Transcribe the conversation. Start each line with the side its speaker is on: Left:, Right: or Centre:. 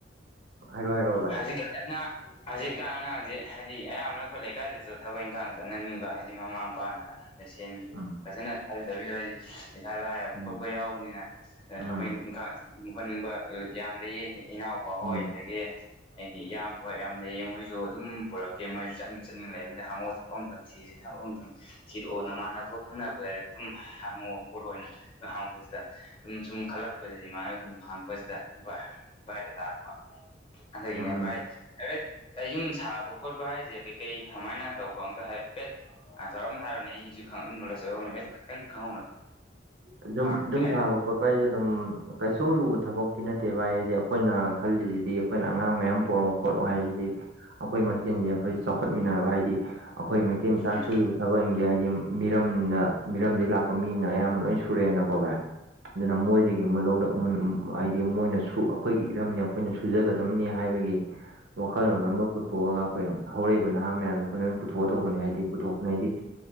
Right: ꯍꯥꯏꯔꯣ ꯍꯥꯏꯔꯣ ꯚꯥꯏ
Left: ꯍꯧꯖꯤꯛꯒꯤ ꯍꯧꯖꯤꯛ ꯀꯥꯟ ꯑꯉꯥꯡꯁꯦ ꯍꯥꯏꯗꯤ ꯑꯌꯥꯝꯕꯅ ꯑꯩꯈꯣꯏ ꯂꯩꯀꯥꯏꯗꯁꯨ ꯊꯕꯛ ꯏꯪꯈꯥꯡ ꯆꯠꯅꯅꯤꯡꯕ ꯍꯥꯏꯗꯤ ꯃꯃꯥ ꯃꯄꯥꯅ ꯁꯦꯟ
Right: ꯎꯝ
Left: ꯐꯖꯅ ꯊꯥꯕꯤꯗꯕ ꯍꯥꯏꯗꯤ ꯄꯩꯁꯥ ꯂꯥꯏꯔꯕ
Right: ꯎꯝ
Left: ꯈꯣꯠꯄ ꯌꯥꯎꯕꯅꯤꯅ
Right: ꯎꯝ
Left: ꯊꯕꯛ ꯏꯪꯈꯥꯡ ꯆꯠꯅꯤꯡꯕ ꯈꯣꯠꯅꯤꯡꯕ ꯌꯥꯝ ꯂꯩꯌꯦ ꯏꯅꯥꯎꯄꯥ
Right: ꯎꯝ
Left: ꯍꯣꯏ ꯑꯗꯒꯤ ꯑꯩꯗꯤ ꯏꯌꯥꯝꯕ ꯍꯣꯢ ꯌꯥꯝ ꯂꯩꯌꯦ ꯃꯣꯏꯁꯨ ꯑꯗꯨꯝ ꯄꯨꯔꯛꯀꯦ ꯃꯣꯏꯁꯨ ꯆꯠꯅꯤꯡ ꯆꯠꯅꯤꯡ ꯂꯩꯂꯤꯅꯦ ꯍꯪꯉꯛꯑꯣ ꯊꯕꯛ ꯊꯕꯛ ꯑꯃꯝꯇꯪ ꯊꯤꯔꯤꯁꯤ ꯊꯕꯛ ꯑꯃꯇꯪ ꯊꯤꯔꯛꯑꯣ ꯅꯃꯥꯟꯅꯕ ꯈꯪꯅꯕ ꯂꯩꯔ ꯑꯗꯨꯝ ꯍꯥꯡꯉꯛꯑꯣ ꯈꯣꯠꯂꯣꯅ ꯍꯥꯡꯄꯁꯤꯗ ꯑꯗꯨꯝ ꯁꯨꯝ ꯈꯜꯂꯛꯄꯗꯗꯤ ꯏꯃꯥꯟꯅꯕ ꯑꯗꯨꯝ ꯍꯥꯡꯉꯛꯄꯁꯤꯗ ꯚꯥꯏꯗ ꯇꯥꯔꯦ ꯑꯗꯨꯢꯅꯦ
Right: ꯎꯝ
Left: ꯚꯥꯏ ꯑꯩ ꯌꯨꯝ ꯁꯥꯕ ꯈꯣꯠꯄ ꯍꯥꯏꯁꯦ ꯀꯩꯀꯩ ꯀꯃꯥꯏꯅ ꯇꯧꯕ ꯍꯥꯏꯐꯦꯠ ꯆꯥꯎꯔꯥꯛꯅ ꯍꯥꯏꯔꯛꯑꯣꯅꯦ ꯑꯩꯁꯨ ꯈꯪꯉ ꯅꯣꯂꯦꯖ ꯑꯣꯏꯍꯧꯅꯕ ꯑꯩ ꯈꯤꯇꯪ ꯈꯪꯍꯧꯅꯕ
Right: ꯑꯗꯨꯨꯝ
Left: ꯂꯥꯛꯇ꯭ꯔꯤꯉꯩꯗ
Right: ꯌꯨꯝ ꯁꯥꯕ ꯈꯣꯠꯄ ꯍꯥꯏꯁꯦ ꯑꯗꯨꯝ ꯀꯩꯁꯨ ꯂꯨꯕ ꯊꯕꯛꯇꯤ ꯅꯠꯇꯦ ꯚꯥꯏ ꯍꯥꯏꯗꯤ ꯑꯩꯈꯣꯏꯅ ꯈꯜꯂꯤꯁꯤꯗꯤ ꯑꯩꯈꯣꯏꯅ ꯑꯉꯥꯡ ꯃꯌꯥꯝ ꯄꯨꯔꯛꯑꯣ ꯈꯣꯠꯂꯣ ꯍꯥꯏꯁꯤꯗꯤ ꯑꯩꯈꯣꯏ ꯃꯆꯤꯟꯁꯦ ꯑꯩꯈꯣꯏ ꯆꯥꯎꯈꯠꯃꯤꯟꯅꯕ ꯍꯥꯏꯗꯤ ꯑꯩꯈꯣꯏ ꯃꯩꯇꯩ ꯃꯆꯥꯅ
Left: ꯎꯝ
Right: ꯁꯨꯔꯤꯕ ꯊꯕꯛꯁꯤꯡꯁꯦ ꯍꯥꯏꯗꯤ ꯃꯤꯔꯝꯅ ꯃꯤꯔꯝꯗꯒꯤ ꯂꯥꯛꯄ ꯃꯤꯅ ꯑꯌꯥꯝꯕ ꯂꯣꯏ ꯁꯨꯔꯦꯅꯀꯣ ꯚꯥꯏ ꯑꯗꯨꯅ ꯃꯣꯏꯗꯒꯤ ꯃꯨꯟ ꯍꯥꯏꯗꯤ ꯃꯣꯏꯅ ꯁꯨ ꯑꯩꯈꯣꯏꯒꯤ ꯏꯔꯝꯅꯤ ꯑꯩꯈꯣꯏꯅ ꯁꯨꯖꯒꯗꯝꯕꯅꯤ ꯍꯥꯏꯕꯒꯤ ꯋꯥꯈꯜꯂꯣꯟ ꯑꯃ ꯄꯨꯊꯣꯛꯑꯒ ꯑꯩꯈꯣꯏ ꯍꯧꯔꯛꯏꯕ ꯅꯍꯥ ꯃꯌꯥꯝꯁꯦ ꯑꯩꯈꯣꯏꯅ ꯂꯣꯏꯅ ꯄꯨꯊꯣꯛꯑ ꯇꯧꯕꯅꯦ ꯍꯥꯏꯕꯗꯤ ꯄꯨꯊꯣꯛꯄ ꯍꯥꯏꯗꯤ